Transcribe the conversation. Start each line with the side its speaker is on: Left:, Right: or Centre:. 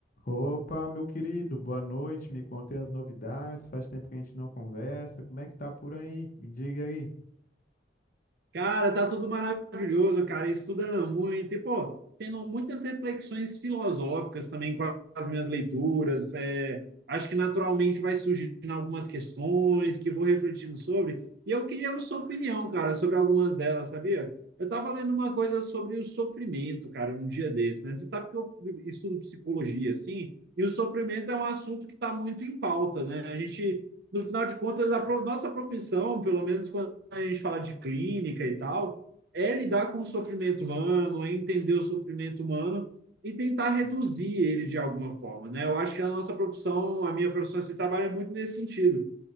Left: Opa, meu querido, boa noite. Me contei as novidades. Faz tempo que a gente não conversa. Como é que tá por aí? Me diga aí.
Right: Cara, tá tudo maravilhoso, cara, estudando muito e, pô, tendo muitas reflexões filosóficas também com as minhas leituras. é, acho que naturalmente vai surgindo algumas questões que eu vou refletindo sobre. E eu queria a sua opinião, cara, sobre algumas delas, sabia? Eu tava lendo uma coisa sobre o sofrimento, cara, um dia desse, né? Você sabe que eu estudo psicologia, assim, e o sofrimento é um assunto que tá muito em pauta, né? A gente, no final de contas, a pro- nossa profissão, pelo menos quando a gente fala de clínica e tal, é lidar com o sofrimento humano, é entender o sofrimento humano e tentar reduzir ele de alguma forma, né? Eu acho que a nossa profissão, a minha profissão, se assim, trabalha muito nesse sentido.